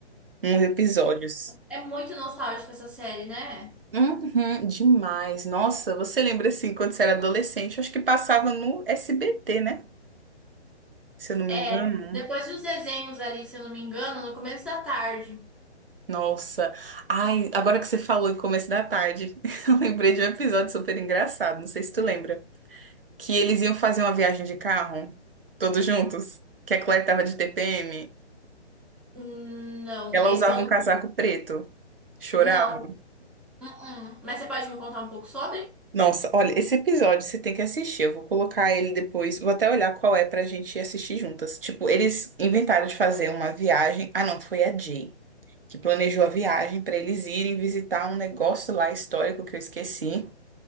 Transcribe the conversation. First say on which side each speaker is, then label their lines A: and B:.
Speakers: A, on the right; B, in the centre.
A: uns episódios.
B: É muito nostálgica essa série, né?
A: Uhum, demais. Nossa, você lembra assim, quando você era adolescente, eu acho que passava no SBT, né? Se eu não me
B: É,
A: engano.
B: depois dos desenhos ali, se eu não me engano, no começo da tarde.
A: Nossa. Ai, agora que você falou em começo da tarde, <laughs> eu lembrei de um episódio super engraçado, não sei se tu lembra, que eles iam fazer uma viagem de carro, todos juntos, que a Claire tava de TPM,
B: Hum, Não,
A: ela
B: esse
A: usava
B: eu
A: um
B: não.
A: casaco preto, chorava.
B: Não. Uh-uh. Mas você pode me contar um pouco sobre?
A: Nossa, olha, esse episódio você tem que assistir. Eu vou colocar ele depois. Vou até olhar qual é pra gente assistir juntas. Tipo, eles inventaram de fazer uma viagem. Ah, não, foi a Jay que planejou a viagem pra eles irem visitar um negócio lá histórico que eu esqueci.